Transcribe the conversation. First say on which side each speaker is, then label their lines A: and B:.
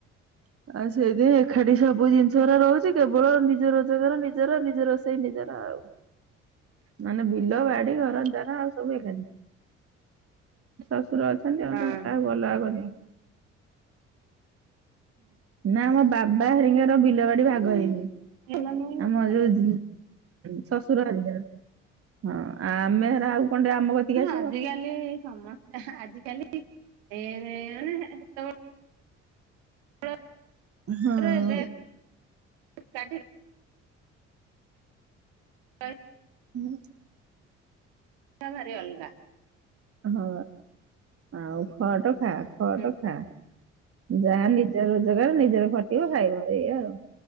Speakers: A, on the right; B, on the right.
A: ଆଉ ସେଇଯେ ଏକାଠି ସବୁ ଜିନିଷରା ରହୁଛି କେବଳ ନିଜ ରୋଜଗାର ନିଜର ନିଜ ରୋଷେଇ ନିଜର ଆଉ। ମାନେ ବିଲ ବାଡି ଘର ଦ୍ଵାର ଆଉ ସବୁ ଏକାଠି। ଶ୍ୱଶୁର ଅଛନ୍ତି ଆଉ
B: ହଁ।
A: ତ କାହାକୁ ଅଲଗା କରି ନା ଆମ ବାବା ହରିଙ୍କର ବି ଲବାଡି
B: ହୁଁ
A: ଭାଗ ହେଇନି।
B: ଭଲ ନୁହେଁ
A: ଆମର
B: ଭଲ
A: ଯୋଉ ଶ୍ୱଶୁର ହରିକା ହଁ ଆମେ ଆଉ କଣ ଆମ କତିକି
B: ହ
A: ଆସିବ।
B: ଆଜିକାଲି ସମସ୍ୟା ଆଜିକାଲି ଏ ମାନେ ସେତେବେ <unintelligible>
A: ହଁ।
B: ଏକାଠି ରହିବା
A: ହ
B: <unintelligible> ଭାରି ଅଲଗା।
A: ହଁ ଆଉ ଖଟ୍ ଖା ଖଟ୍
B: ହୁଁ।
A: ଖା। ଯାହା ନିଜ ରୋଜଗାର ନିଜର ଖଟିବ ଖାଇବ ଏୟା ଆଉ।